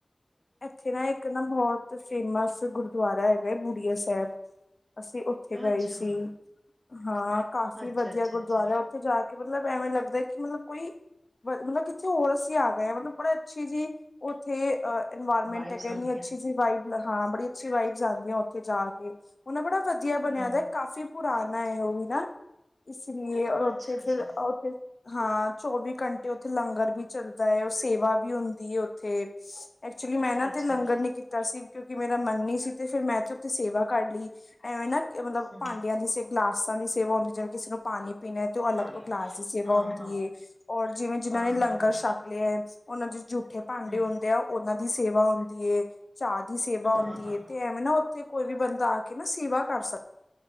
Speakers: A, on the left; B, on the right.
A: ਏਥੇ ਨਾ ਇੱਕ ਨਾ ਬਹੁਤ ਫੇਮਸ ਗੁਰਦੁਆਰਾ ਹੈਗਾ ਏ ਬੁੜੀਆ ਸੇਅਬ। ਅਸੀਂ ਉੱਥੇ ਗਏ
B: ਅੱਛਾ,
A: ਸੀ। ਹਾਂ ਕਾਫ਼ੀ
B: ਅੱਛਾ,
A: ਵਧੀਆ
B: ਅੱਛਾ,
A: ਗੁਰਦੁਆਰਾ
B: ਅੱਛਾ
A: ਉੱਥੇ ਜਾ ਕ ਕਿ ਮਤਲਬ ਐਵੇਂ ਲੱਗਦੇ ਕਿ ਮਤਲਬ ਕੋਈ ਮ ਮਤਲਬ ਕਿੱਥੇ ਹੋਰ ਅਸੀਂ ਆ ਗਏ ਹਾਂ ਮਤਲਬ ਬੜੇ ਅੱਛੀ ਜੀ ਉੱਥੇ ਇਨਵਾਰਮੈਂਟ
B: ਵਾਈਬਸ
A: ਤਾਂ ਕੇਨੀ
B: ਆਉਂਦੀਆਂ
A: ਅੱਛੀ ਸੀ ਵਾਈਬ ਮਤਲਬ ਹਾਂ ਬੜੀ ਅੱਛੀ ਵਾਈਬਸ ਆਦੀਆਂ ਉੱਥੇ ਜਾ ਕੇ ਉਨਾਂ ਬੜਾ ਵਧੀਆ
B: ਹੂੰ।
A: ਬਣਿਆ ਦਾ ਕਾਫੀ। ਪੁਰਾਣਾ ਏ ਓਵੀ ਨਾ। ਇਸ ਲੀਏ, ਔਰ
B: ਅੱਛਾ
A: ਉੱਥੇ ਫਿਰ
B: ਅੱਛਾ
A: ਉ, ਉੱਥੇ ਹਾਂ। ਚੌਵੀ ਘੰਟੇ ਉੱਥੇ ਲੰਗਰ ਵੀ ਚਲਦਾਏ, ਉਹ ਸੇਵਾ ਵੀ ਹੁੰਦੀ ਏ, ਓਥੇ। ਐਕਚੁਲੀ 'ਮੈਂ ਨਾ
B: ਅੱਛਾ
A: ਉਤੇ ਲੰਗਰ
B: ਅੱਛਾ
A: ਨੀ ਕੀਤਾ ਸੀ। ਕਿਉਂਕਿ ਮੇਰਾ ਮਨ ਨੀਸੀ ਤੇ, ਫਿਰ ''ਮੈਂ ਤੇ, ਉੱਥੇ ਸੇਵਾ ਕਰ ਲਈ। ਐਵੇਂ ਨਾ ਕ ਮਤਲਬ
B: ਹਮ
A: ਭਾਂਡਿਆਂ ਦੀ ਸੇਵ ਗਲਾਸਾਂ ਦੀ ਸ ਸੇਵਾ ਹੁੰਦੀ ਏ, ਜਿਵੇਂ ਕਿਸਨੂੰ ਪਾਣੀ ਪੀਨਾਏ ਤੇ, ਉਹ ਅਲੱਗ
B: ਹਾਂ
A: ਤੋਂ ਗਲਾਸ ਦੀ ਸੇਵਾ ਹੁੰਦੀ
B: ਹਾਂ ਹਾਂ
A: ਏ। ਔਰ ਜਿਵੇਂ ਜਿਨਾਂ
B: ਹਾਂ
A: ਨੇ ਲੰਗਰ
B: ਹਾਂ ਹਾਂ
A: ਛੱਕ ਲਿਆ ਐ ਉਨ੍ਹਾਂ, ਜੀਸ ਜੂੱ ਥੇ ਭਾਂਡੇ
B: ਹਮ
A: ਹੁੰਦੇ ਐ, ਉ ਦੀ ਸੇਵਾ ਹੁੰਦੀਏ। ਚਾਅ ਦੀ ਸੇਵਾ
B: ਹਾਂ
A: ਹੁੰਦੀ
B: ਹਾਂ
A: ਏ ਤੇ, ਐਵੇਂ ਨਾ ਉੱਥੇ ਕੋਈ ਵੀ ਬੰਦਾ ਆਕੇ ਨਾ ਸੇਵਾ ਕਰ ਸਕ